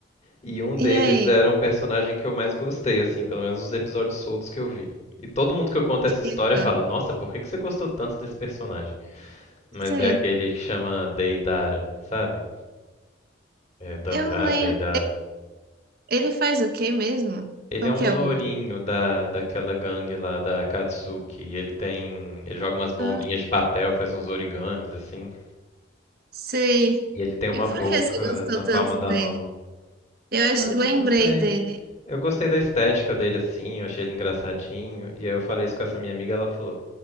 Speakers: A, on the left; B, on the right.
A: E um
B: E
A: deles
B: aí,
A: era um personagem que eu mais gostei, assim, pelo menos os episódios soltos que eu vi. E todo mundo que eu conto
B: Kiko?
A: essa história fala, nossa, por que que você gostou tanto desse personagem? Mas
B: Sei.
A: é aquele que chama Deidara, sabe? É Dandara,
B: Eu lembro.
A: Deidara.
B: Ele faz o quê mesmo?
A: Ele
B: Qual
A: é um
B: que
A: lourinho
B: é o.
A: da, daquela gangue lá da Katsuki. E ele tem. Ele joga umas bombinhas
B: Ah,
A: de papel, faz uns origamis, assim.
B: sei.
A: E ele tem uma
B: E por
A: boca
B: que você gostou
A: na palma
B: tanto
A: da
B: dele?
A: mão.
B: Eu ach-
A: Eu
B: lembrei
A: Não sei.
B: dele.
A: Eu gostei da estética dele, assim, eu achei ele engraçadinho. E aí eu falei isso com essa minha amiga, ela falou.